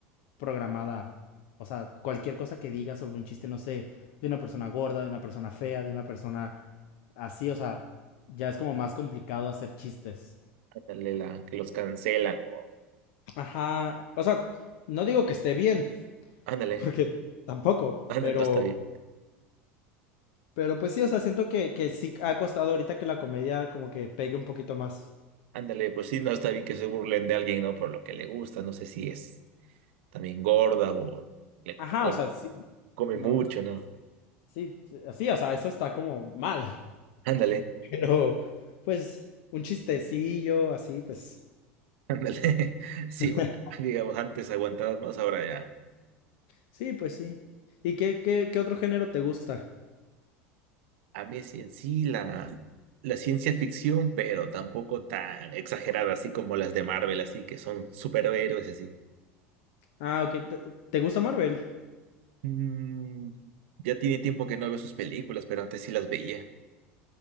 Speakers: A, on the left; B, on the right.
A: programada. O sea, cualquier cosa que diga sobre un chiste, no sé, de una persona gorda, de una persona fea, de una persona así, o sea, ya es como más complicado hacer chistes.
B: Ándale, la que los cancelan o.
A: Ajá, o sea, no digo que esté bien,
B: Ándale,
A: <laughs> porque tampoco,
B: ándale,
A: pero,
B: no está bien.
A: pero pues sí, o sea, siento que, que sí ha costado ahorita que la comedia como que pegue un poquito más.
B: Ándale, pues sí, no está bien que se burlen de alguien, ¿no? Por lo que le gusta, no sé si es también gorda o le
A: Ajá,
B: com-
A: o sea, sí,
B: come
A: no,
B: mucho,
A: no,
B: ¿no?
A: Sí, así, o sea, eso está como mal,
B: Ándale.
A: <laughs> pero pues un chistecillo, así, pues.
B: Ándale. <laughs>
A: <laughs>
B: Sí, porque, digamos, antes aguantabas más, ahora ya.
A: Sí, pues sí. ¿Y qué, qué, qué otro género te gusta?
B: A mí sí en sí la, la ciencia ficción, pero tampoco tan exagerada, así como las de Marvel, así que son superhéroes y así.
A: Ah, ok, ¿te, te gusta Marvel?
B: Mm, ya tiene tiempo que no veo sus películas, pero antes sí las veía